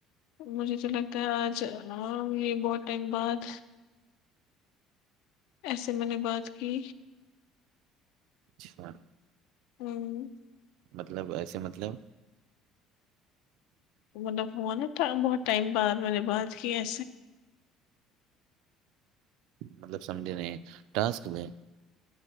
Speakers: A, on the left (about 75°); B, on the right (about 70°).
A: مجھے تو لگتا ہے آج ہ یہ بہت ٹائم بعد ایسے میں نے بات کی
B: اچھا
A: ہوں
B: مطلب ایسے مطلب
A: مطلب فون بہت ٹائم بعد میں نے بات کی ایے
B: مطلب سمجھے نہیں ٹاسک میں